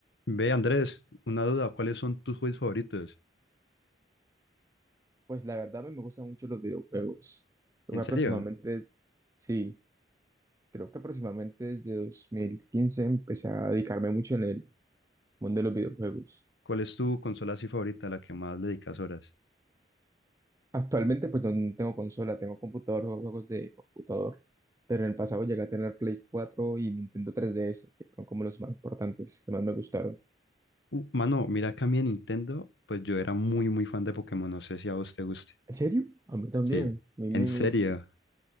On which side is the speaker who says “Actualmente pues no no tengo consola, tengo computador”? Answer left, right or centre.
Right